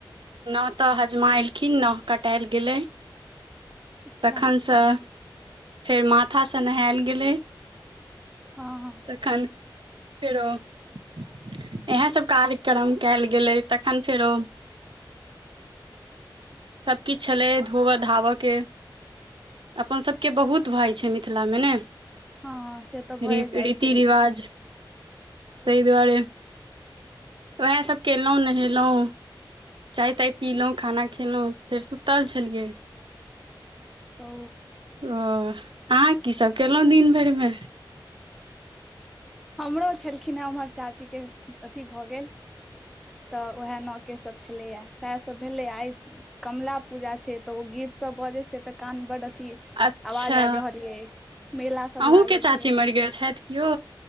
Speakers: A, on the right; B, in the centre.
A: नह तऽ हजमा एलखिन्ह नह कटाएल गेलै।
B: अच्छा
A: तखन सऽ फेर माथा सऽ नहैल गेलै।
B: हँ
A: तखन फेरो इहे सब कार्यक्रम कैल गेलै तखन फेरो सब किछ छलै धोबा-धाबा के। अपन सबके बहुत भाय छै मिथिला में नै।
B: हँ से तऽ
A: री
B: भए जाइ
A: रीति-रिवाज
B: छै
A: तै दुआरे वेहे सब केलौ नहेलो चाय-ताय पीलौ, खाना खेलौ फेर सुतल छलियै।
B: ओ
A: ओ अहाँ की सब केलौ दिन भर में?
B: हमरो छलखिन्ह हें उम्हर चाची के अथी भऽ गेल तऽ उहे नह-केश सब छलै यै सैह सब भेलै आइ कमला पूजा छै तऽ ओ गीत सब बजे छै तऽ कान बड अथी
A: अच्छा
B: आवाज आएब रहल यै, मेला सब
A: अहूँके
B: लागल
A: चाची
B: छै।
A: मरि गेल छैथ। कियो।